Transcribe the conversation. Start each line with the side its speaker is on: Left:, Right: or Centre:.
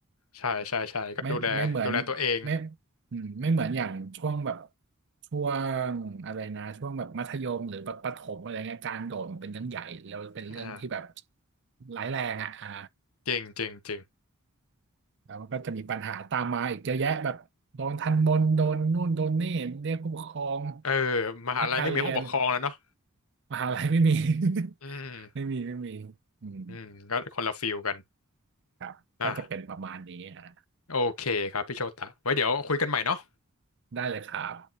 Left: ใช่ใช่ใช่ก็ดูแลดูแลตัวเอง
Right: ไม่ไม่เหมือนไม่อืมไม่เหมือนอย่างช่วงแบบช่วงอะไรนะช่วงแบบมัธยมหรือแบบประถมอะไรเงี้ยการโดดมันเป็นเรื่องใหญ่แล้วเป็นเรื่องที่แบบ
Left: อ่า
Right: ร้ายแรงอ่ะอ่า
Left: เจริงเจริงเจริง
Right: แล้วมันก็จะมีปัญหาตามมาอีกเยอะแยะแบบโดนทันบนโดนนู่นโดนนี่เรียกผู้ปกครอง
Left: เออมหาลัยไม่มีห้องปกครองแล้วเนาะ
Right: พักการเรียนมหาลัยไม่มี <laughs>
Left: อืม
Right: ไม่มีไม่มีอืม
Left: อืมก็คนละฟิลกัน
Right: ครับก็จะเป็นประมาณนี้ฮะ
Left: อ่ะโอเคครับพี่โชตะไว้เดี๋ยวคุยกันใหม่เนาะ
Right: ได้เลยครับ